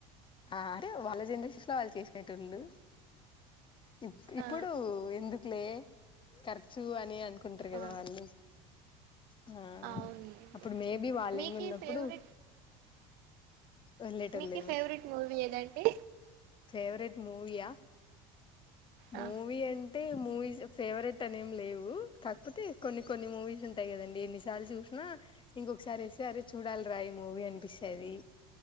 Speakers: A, on the left; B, on the right.
A: ఆ అరే వాళ్ళ జనరేషన్ లో వాళ్ళు చేసినటోళ్ళు అ ఇ ఇప్పుడు
B: ఆ
A: ఎందుకులే ఖర్చు అని అం కుంటారు కదా
B: ఆ
A: వాళ్ళు ఉమ్
B: అవునులేండి
A: అప్పుడు మేబి వాళ్ళ
B: మీకి
A: ఎంగ్ ఉన్నప్పుడు
B: ఫేవరెట్
A: వెళ్ళేటోళ్ళలేము
B: మీకి ఫేవరెట్ మూవీ ఎధండి
A: ఫేవరెట్ మూవయా మూవీ
B: ఆ
A: ఎం టే మూవీస్ ఫేవరెట్ అనేం లేవు కాకపోతే కొన్ని కొన్ని మూవీస్ ఉంటాయి కదండి ఎన్నిసార్లు చూసినా ఇంక్గా ఒకసారి ఎస్త అర్ చూడాలిరా ఈ మూవీ అనిపిస్తుది